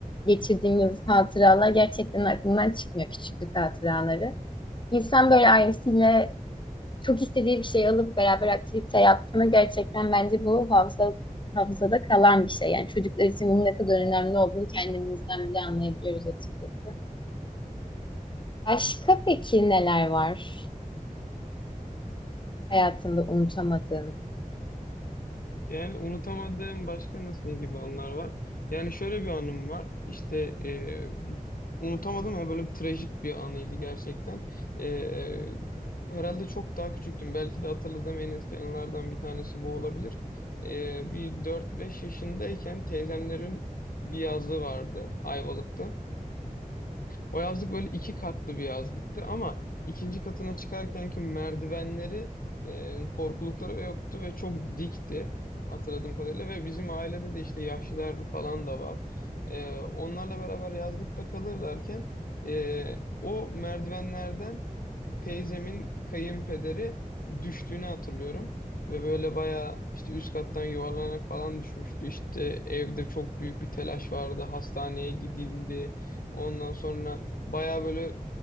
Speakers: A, on the left; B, on the left.
A: geçirdiğimiz hatıralar gerçekten aklımdan çıkmıyor küçüklük hatıraları. İnsan böyle ailesiyle çok istediği bir şey alıp beraber aktivite yaptığını gerçekten bence bu hafıza, hafızada kalan bir şey. Yani çocuklar için bunun ne kadar önemli olduğunu kendimizden bile anlayabiliyoruz açıkçası. Başka peki neler var hayatında unutamadığın?
B: Yani unutamadığım başka nasıl ne gibi anılar var? Yani şöyle bir anım var. İşte e, bir- unutamadım ama böyle bir trajik bir anıydı gerçekten. E, herhalde çok daha küçüktüm. Belki de hatırladığım en eski anılardan bir tanesi bu olabilir. E, bir dört beş yaşındayken teyzemlerin bir yazlığı vardı Ayvalık'ta. O yazlık böyle iki katlı bir yazlıktı ama ikinci katına çıkarkenki merdivenleri e, korkulukları ve yoktu ve çok dikti hatırladığım kadarıyla ve bizim ailede de işte yaşlılar falan da var. E, onlarla beraber yazlıkta kalırlarken e, o merdivenlerden teyzemin kayınpederi düştüğünü hatırlıyorum. Ve böyle bayağı işte üst kattan yuvarlanarak falan düşmüştü. İşte evde çok büyük bir telaş vardı. Hastaneye gidildi. Ondan sonra bayağı böyle